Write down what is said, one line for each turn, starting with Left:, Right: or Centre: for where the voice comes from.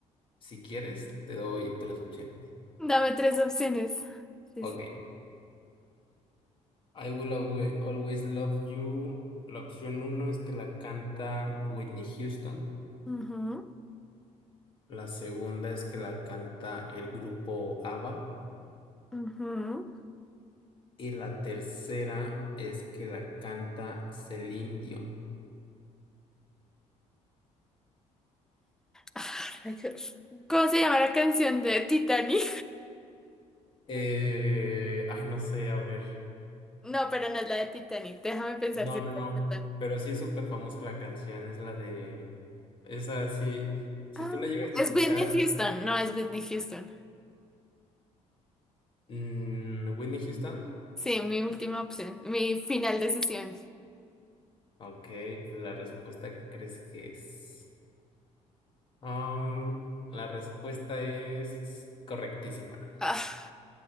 Left: Si quieres, te doy tres opciones.
Centre: Dame tres opciones. Sí,
Left: Ok,
Centre: sí.
Left: I Will Alwe- Always Love You. La opción uno es que la canta Whitney Houston.
Centre: Ujú,
Left: La segunda es que la canta el grupo ABBA.
Centre: ujú.
Left: Y la tercera es que la canta Celine Dion.
Centre: Ah, Rayos. ¿Cómo se llama la canción de Titanic?
Left: Eh,
Centre: <laughs>
Left: ay, no sé, a ver.
Centre: No, pero no es la de Titanic. Déjame pensar
Left: No,
Centre: si es
Left: no, no.
Centre: la de Titanic.
Left: Pero sí es súper famosa la canción. Es la de. Esa sí. Si
Centre: Ah,
Left: tú la llegas a escuchar,
Centre: Es Whitney Houston. No, es Whitney Houston.
Left: mm, Whitney Houston.
Centre: Sí, mi última opción. Mi final decisión.
Left: Ok, pues la respuesta que crees que es. Am, la respuesta es correctísima.
Centre: Ah,